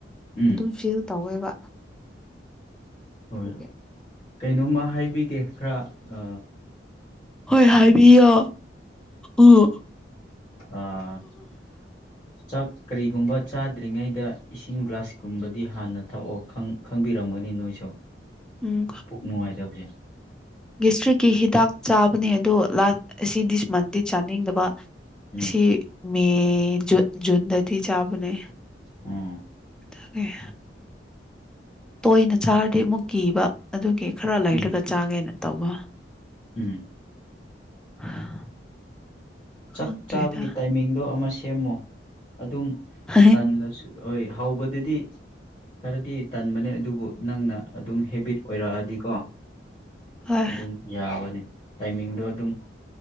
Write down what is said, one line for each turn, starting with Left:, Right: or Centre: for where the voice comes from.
Left: ꯎꯝ
Centre: ꯑꯗꯨꯝ ꯐꯤꯜ ꯇꯧꯋꯦꯕ
Left: ꯍꯣꯏ
Centre: ꯑꯗꯨꯒꯤ
Left: ꯀꯩꯅꯣꯝꯃ ꯍꯥꯏꯕꯤꯒꯦ ꯈꯔ ꯑ
Centre: ꯍꯣꯏ ꯍꯥꯏꯕꯤꯌꯣ ꯎꯝ
Left: ꯑꯥ ꯆꯥꯛ ꯀꯔꯤꯒꯨꯝꯕ ꯆꯥꯗ꯭ꯔꯤꯉꯩꯗ ꯏꯁꯤꯡ ꯒ꯭ꯂꯥꯁꯀꯨꯝꯕꯗꯤ ꯍꯥꯟꯅ ꯊꯛꯑꯣ ꯈꯪ ꯈꯪꯕꯤꯔꯝꯒꯅꯤ ꯅꯣꯏꯁꯨ
Centre: ꯎꯝ
Left: ꯄꯨꯛ ꯅꯨꯡꯉꯥꯏꯇꯕꯖꯦ
Centre: ꯒꯤꯁꯇ꯭ꯔꯤꯛꯀꯤ ꯍꯤꯗꯥꯛ ꯆꯥꯕꯅꯦ ꯑꯗꯣ ꯂꯥꯛ ꯑꯁꯤ ꯗꯤꯁ ꯃꯟꯗꯤ ꯆꯥꯅꯤꯡꯗꯕ
Left: ꯎꯝ
Centre: ꯑꯁꯤ ꯃꯦ ꯖꯨ ꯖꯨꯟꯗꯗꯤ ꯆꯥꯕꯅꯦ
Left: ꯎꯝ
Centre: <unintelligible> ꯇꯣꯏꯅ ꯆꯥꯔꯗꯤ ꯑꯃꯨꯛ ꯀꯤꯕ ꯑꯗꯨꯒꯤ ꯈꯔ ꯂꯩꯔꯒ
Left: ꯎꯝ
Centre: ꯆꯥꯒꯦꯅ ꯇꯧꯕ
Left: ꯎꯝ
Centre: <inaudible>
Left: ꯆꯥꯛ
Centre: ꯈꯪꯗ꯭ꯔꯦꯗ
Left: ꯆꯥꯕꯒꯤ ꯇꯥꯏꯃꯤꯡꯗꯣ ꯑꯃ ꯁꯦꯝꯃꯣ ꯑꯗꯨꯝ
Centre: ꯍ ꯍꯥꯏ
Left: ꯂꯁꯨ ꯍꯣꯏ ꯍꯧꯕꯗꯗꯤ ꯈꯔꯗꯤ ꯇꯟꯕꯅꯦ ꯑꯗꯨꯕꯨ ꯅꯪꯅ ꯑꯗꯨꯝ ꯍꯦꯕꯤꯠ ꯑꯣꯏꯔꯛꯑꯗꯤꯀꯣ
Centre: ꯍꯣꯏ
Left: ꯑꯗꯨꯝ ꯌꯥꯕꯅꯤ ꯇꯥꯏꯃꯤꯡꯗꯣ ꯑꯗꯨꯝ